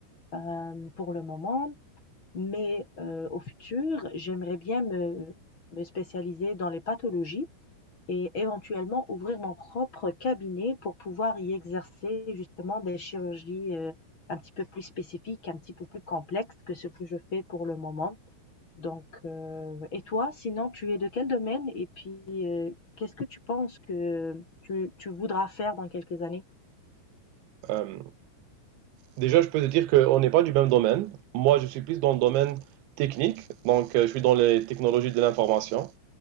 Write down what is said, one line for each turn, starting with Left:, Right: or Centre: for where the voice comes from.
Left: euh, pour le moment. Mais euh, au futur, j'aimerais bien me, me spécialiser dans les pathologies et éventuellement ouvrir mon propre cabinet pour pouvoir y exercer justement des chirurgies euh, un petit peu plus spécifiques, un petit peu plus complexes que ce que je fais pour le moment. Donc, euh, et toi, sinon, tu es de quel domaine et puis euh, qu'est-ce que tu penses que tu, tu voudras faire dans quelques années?
Right: Euh, déjà, je peux te dire qu'on n'est pas du même domaine. Moi, je suis plus dans le domaine technique, donc euh, je suis dans les technologies de l'information.